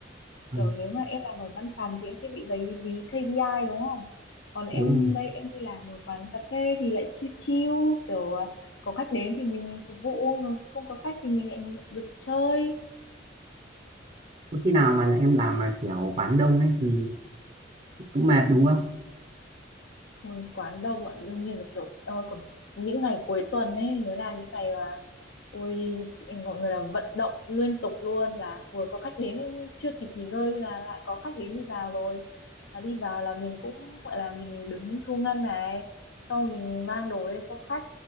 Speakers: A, on the right; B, on the left.
A: Ừ,
B: kiểu nếu mà em làm ở văn phòng thì em sẽ bị giấy dí KPI đúng không còn em
A: đúng rồi
B: đây em đi làm ở quán cà phê thì lại chill chill kiểu à, có khách đến thì mình phục vụ không có khách thì mình lại được chơi
A: có khi nào mà em làm mà kiểu quán đông ấy thì cũng mệt đúng không
B: Ôi, quán đông ạ, đương nhiên là kiểu ôi, còn những ngày cuối tuần ấy mới là những ngày mà ôi chị- mọi người là vận động liên tục luôn là vừa có khách đến chưa kịp nghỉ ngơi là lại có khách đến đi vào rồi và đi vào là mình cũng gọi là mình đứng thu ngân này xong rồi mình mang đồ lên cho khách